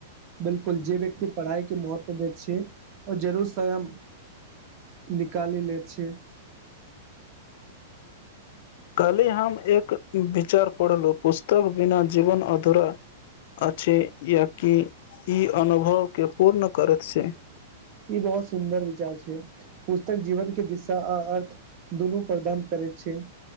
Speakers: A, on the right; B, on the left.
A: बिलकुल जे व्यक्त पढ़ाइ के महत्व दै छैै और जरूर सयं निकालि ले छिय
B: कली हम एक विचार पढ़लहु पुस्तक बिना जीवन अधूरा अछि या कि ई अनुभव के पूर्ण करैत छै
A: ई बहुत सुन्दर विचार छै पुस्तक जीवन के दिशा आ अर्थ दुनू प्रदान करैत छै